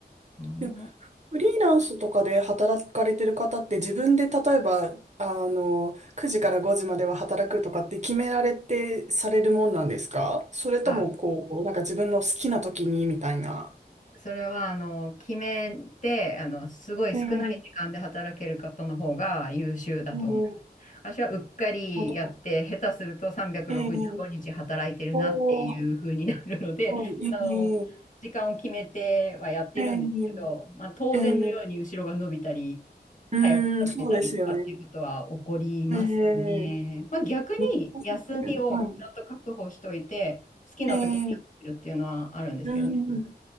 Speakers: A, on the left; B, on the right.
A: うん、
B: でもフリーランスとかで働かれてる方って自分で例えば、あの、9時から5時までは働くとかって決められてされるもんなんですかそれとも、
A: あ
B: こう、なんか自分の好きな時にみたいな。
A: それは、あの、決めて、あの、すごい少ない時間で働ける方の方が優秀だと思います。
B: ええええ
A: 私はうっかりやって、
B: 本当だ
A: 下手すると365日働いてるなっていう風になるので、
B: ええおー、はい
A: <laughs> あの、
B: え
A: 時間を決めてはやってるんですけど、
B: えええ
A: まあ、当然のように後ろが伸びたり、
B: ええうーん、
A: 早く始めたりとかっていうことは起こりますね。
B: そうですよね。ええ
A: まあ、逆に休みをちゃんと確保しといて、
B: 難しいですよね。はい。
A: 好きな時にやってるっていうのはあるんですけどね。
B: ええうん。